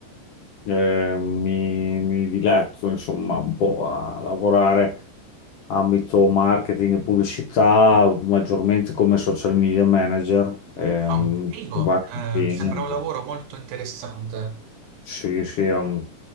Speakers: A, on the left; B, on the right.
A: eh, mi, mi diletto insomma un po' a lavorare ambito marketing e pubblicità, maggiormente come social media manager, ehm,
B: Oh, figo,
A: con vari
B: Eh,
A: impegni.
B: sembra un lavoro molto interessante.
A: Sì, sì, è un,